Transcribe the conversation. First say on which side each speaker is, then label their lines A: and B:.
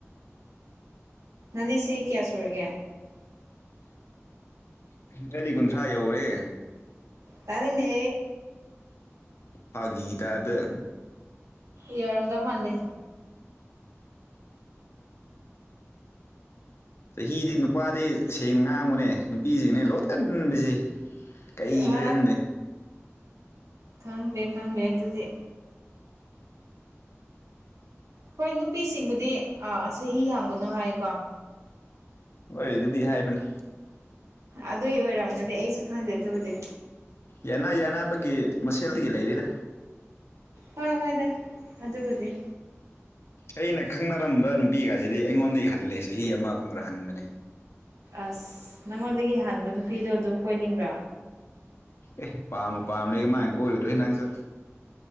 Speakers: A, on the right (about 85°); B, on the left (about 55°).
A: ꯅꯪꯗꯤ ꯆꯍꯤ ꯀꯌꯥꯁꯨꯔꯒꯦ
B: ꯆꯍꯤ ꯀꯨꯟꯊ꯭ꯔꯥ ꯌꯧꯔꯦ
A: ꯇꯅꯤꯡꯗꯦ
B: ꯐꯥꯒꯤ ꯇꯥꯏꯄꯇꯥ
A: ꯌꯧꯔꯝꯗꯧ ꯃꯟꯗꯦ
B: ꯆꯍꯤꯗꯤ ꯅꯨꯄꯥꯗꯤ ꯁꯦꯡꯅ ꯉꯥꯡꯕꯅꯦ ꯅꯨꯄꯤꯁꯤꯡꯅꯦ ꯂꯣꯠꯀꯟꯁꯦ ꯀꯩꯈ꯭ꯔꯦ
A: ꯑ
B: ꯈꯪꯗꯦ
A: ꯈꯪꯗꯦ ꯈꯪꯗꯦ ꯑꯗꯨꯗꯤ ꯍꯣꯏ ꯅꯨꯄꯤꯁꯤꯡꯕꯨꯗꯤ ꯆꯍꯤ ꯍꯥꯡꯒꯅꯨ ꯍꯥꯏꯀꯣ
B: ꯍꯣꯏ ꯑꯗꯨꯗꯤ ꯍꯥꯏꯕꯅꯦ
A: ꯑꯗꯨꯏ ꯑꯣꯏꯔꯝꯒꯗꯤ ꯑꯩꯁꯨ ꯈꯪꯗꯦ ꯑꯗꯨꯕꯨꯗꯤ
B: ꯌꯥꯅꯥ ꯌꯥꯅꯥꯕꯒꯤ ꯃꯁꯦꯜꯗꯒꯤ ꯂꯩꯔꯤꯗ
A: ꯍꯣꯏ ꯍꯣꯏꯗ ꯑꯗꯨꯕꯨꯗꯤ
B: ꯑꯩꯅ ꯈꯪꯅꯔꯝꯕ ꯅꯨꯄꯤꯒꯁꯤꯗꯤ ꯑꯩꯉꯣꯟꯗꯒꯤ ꯍꯜꯂꯦꯁꯦ ꯆꯍꯤ ꯑꯃꯒꯨꯝꯕꯗ ꯍꯟꯕꯅꯦ
A: ꯑꯁ ꯅꯪꯉꯣꯟꯗꯒꯤ ꯍꯥꯟꯕ ꯅꯨꯄꯤꯗꯣ ꯑꯗꯨꯝ ꯀꯣꯏꯅꯤꯡꯕ꯭ꯔꯥ
B: ꯑꯦ ꯄꯥꯝꯃ ꯄꯥꯝꯅꯦꯒ ꯃꯥꯡꯒ ꯑꯣꯏꯔꯣꯏꯗꯣꯏ ꯅꯪꯁꯨ